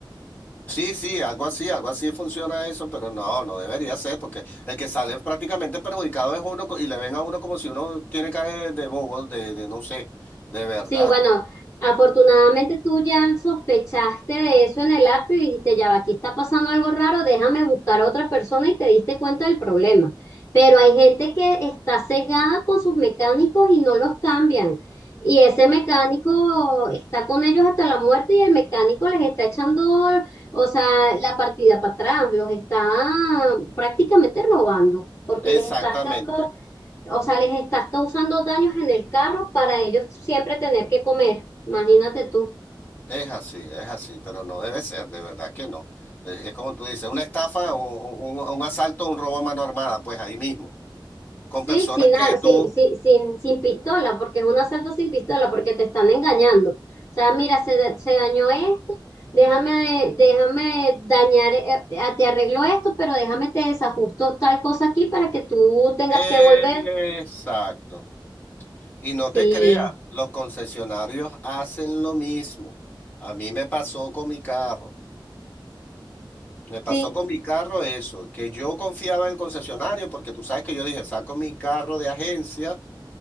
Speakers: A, on the left; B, on the left.
A: Sí, sí, algo así, algo así funciona eso, pero no, no debería ser, porque el que sale prácticamente perjudicado es uno co- y le ven a uno como si uno tiene cara de, de bobo, de, de no sé, de verdad.
B: Sí, bueno, afortunadamente tú ya sospechaste de eso en el app y dijiste, ya va, aquí está pasando algo raro, déjame buscar a otra persona y te diste cuenta del problema. Pero hay gente que está cegada con sus mecánicos y no los cambian. Y ese mecánico está con ellos hasta la muerte y el mecánico les está echando, o sea, la partida para atrás, los está prácticamente robando, porque les
A: Exactamente.
B: está ca- o sea, les estás causando daños en el carro para ellos siempre tener que comer. Imagínate tú.
A: Es así, es así, pero no debe ser, de verdad que no. Es, es como tú dices, una estafa o, o un, un asalto, un robo a mano armada, pues ahí mismo, con
B: Sí,
A: personas
B: sin,
A: que
B: ar-
A: tú...
B: sin, sin, sin, sin pistola, porque es un asalto sin pistola, porque te están engañando. O sea, mira, se, da- se dañó esto, déjame, déjame dañar, eh, eh, te arreglo esto, pero déjame te desajusto tal cosa aquí para que tú tengas
A: Exacto.
B: que volver.
A: Y no
B: Sí,
A: te creas, los concesionarios hacen lo mismo. A mí me pasó con mi carro. Me pasó
B: sí,
A: con mi carro eso, que yo confiaba en el concesionario porque tú sabes que yo dije, saco mi carro de agencia.